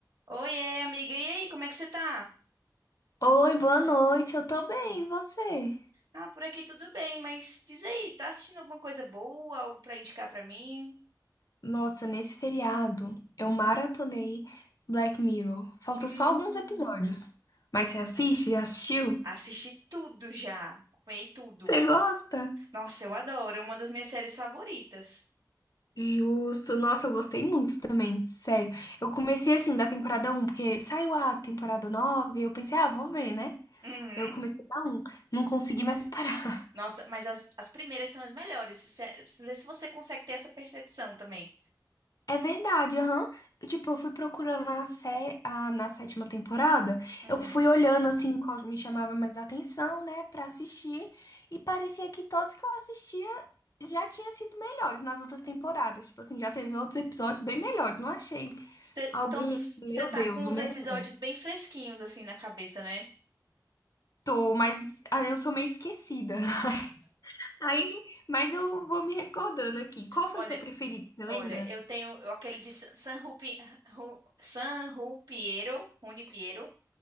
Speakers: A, on the right; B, on the left.
A: Oiê, amiga, e aí, como é que você tá?
B: Oi, boa noite, eu tô bem, e você?
A: Ah, por aqui tudo bem, mas diz aí, tá assistindo alguma coisa boa, algo pra indicar pra mim?
B: Nossa, nesse feriado eu maratonei Black Mirror. Faltam
A: Hum,
B: só alguns episódios. Mas você assiste? Já assistiu?
A: assisti tudo já, acompanhei tudo.
B: Você gosta?
A: Nossa, eu adoro, é uma das minhas séries favoritas.
B: Justo. Nossa, eu gostei muito também, sério. Eu comecei assim da temporada um porque saiu a temporada 9. eu pensei, ah, vou ver, né?
A: Uhum.
B: Eu comecei da um. não consegui mais parar.
A: Nossa, mas as, as primeiras são as melhores, você, vê se você consegue ter essa percepção também.
B: É verdade, aham. Tipo, eu fui procurando na, sé... a- na sétima temporada,
A: Uhum.
B: eu fui olhando assim qual me chamava mais atenção, né, pra assistir, e parecia que todos que eu assistia já tinham sido melhores nas outras temporadas. Tipo assim, já teve outros episódios bem melhores, não achei
A: Cê-
B: algum,
A: então, você
B: meu
A: tá
B: Deus,
A: com
B: o
A: os
B: melhor.
A: episódios bem fresquinhos assim na cabeça, né?
B: Tô, mas ah, eu sou meio esquecida. <laughs> Aí, mas eu vou me recordando aqui. Qual foi
A: Olha,
B: o seu preferido, você lembra?
A: Olha, eu tenho eu- aquele de San San Rupi, Ru- San Rupiero, Rune Piero,